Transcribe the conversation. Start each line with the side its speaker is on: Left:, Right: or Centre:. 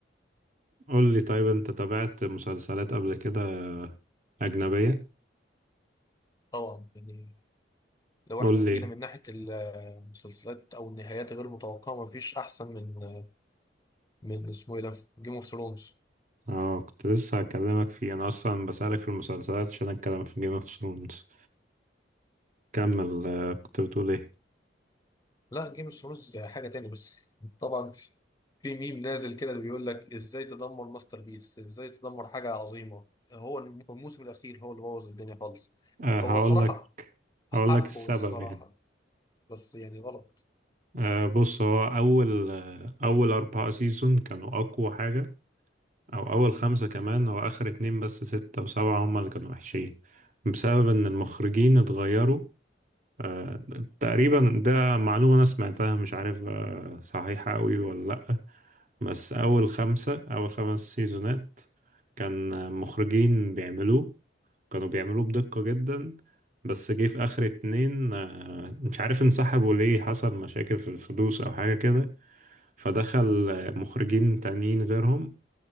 Right: قول لي طيب انت تابعت مسلسلات قبل كده أجنبية
Left: طبعا يعني لو
Right: قول
Left: احنا
Right: لي
Left: جينا من ناحية المسلسلات أو النهايات غير متوقعة مفيش أحسن من آه، من اسمه ايه ده جيم اوف ثرونز
Right: اه كنت لسه هكلمك فيه انا اصلا بسألك في المسلسلات عشان اتكلم في جيم اوف ثرونز كمل آه، كنت بتقول ايه
Left: لا جيم اوف ثرونز حاجه تاني بس طبعا في ميم نازل كده بيقول لك ازاي تدمر ماستر بيس ازاي تدمر حاجه عظيمه هو الموسم الاخير هو اللي بوظ الدنيا خالص
Right: أه هقول
Left: هو الصراحه
Right: لك
Left: حقه
Right: هقول لك السبب
Left: الصراحه
Right: يعني
Left: بس يعني غلط
Right: أه بص هو اول آه، اول اربعة سيزون كانوا اقوى حاجة او اول خمسة كمان هو اخر اتنين بس ستة وسبعة هما اللي كانوا وحشين بسبب ان المخرجين اتغيروا أه تقريبا ده معلومة انا سمعتها مش عارف أه صحيحة قوي ولا لا بس اول خمسة اول خمس سيزونات كان مخرجين بيعملوه كانوا بيعملوه بدقة جدا بس جه في آخر اتنين آه، مش عارف انسحبوا ليه حصل مشاكل في الفلوس أو حاجة كده فدخل آه، مخرجين تانيين غيرهم